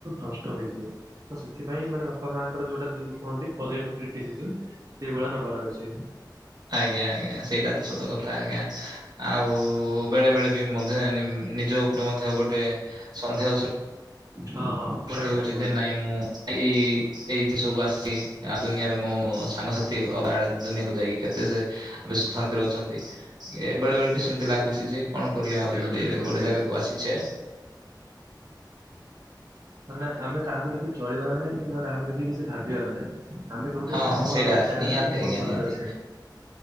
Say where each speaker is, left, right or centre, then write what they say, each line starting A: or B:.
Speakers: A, on the right; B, on the right.
A: ନଷ୍ଟ ହେଇଯିବେ ତ ସେଥିପାଇଁ ମାନେ ବାପା ମାଙ୍କର ଯୋଉଟା ଦି କୁହନ୍ତି ପଜେଟିଭ କ୍ରିଟିଶିଜମ ସେଇ ଭଳିଆ ନବାର ଅଛି।
B: ଆଜ୍ଞା ଆଜ୍ଞା ସେଇଟା ତ ସତ କଥା ଆଜ୍ଞା ଆଉ। ଉ ବେଳେ ବେଳେ ବି ମଧ୍ୟ ନିନିଜ ଉପରେ ମଧ୍ୟ ଗୋଟେ ସନ୍ଦେହ ସ
A: ହଁ ହଁ
B: ସୃଷ୍ଟି
A: ବଢିଆ କଥା
B: ହଉଛି
A: ଟେ କହିଲେ
B: ଯେ ନାଇଁ ମୁଁ ଏଇ। ଏଇ ଜିନିଷକୁୁ ଆସିଛି ଆ ଦୁନିଆରେ ମୋ ସାଙ୍ଗସା କେ ଅଲଗା ଆଡ଼େ ଦୁନିଆକୁ ଯାଇକି କେତେ ସେ ବ ଶାନ୍ତିରେ ଅଛନ୍ତି ଏ ବେଳେ ବେଳେ ବି ସେମିତି ଲାଗୁଛି। ଯେ କଣ କରିବା
A: ବଢିଆ
B: ଆଉ
A: ବଢିଆ କଥା
B: ଯଦି
A: ଟେ କହିଲେ
B: ଗୋଟେ
A: ଆଜ୍ଞା।
B: ଜାଗାକୁ ଆସିଛେ।
A: ନା ଆମେ କାହାକୁ ଦେଖି ଚଳିବାର ନାହିଁ କିମ୍ବା କାହାକୁ ଦେଖି କିଛି ଭାବିବାର ନାହିଁ। ଆମେ ଯୋଉଠି
B: ହଁ
A: ଅଛେ ଆମ
B: ସେଇଟା
A: ଜାଗାରେ
B: ନିହାତି
A: ଆମେ ବହୁତ
B: ଆଜ୍ଞା
A: ଭଲରେ
B: ନିହାତି
A: ଅଛେ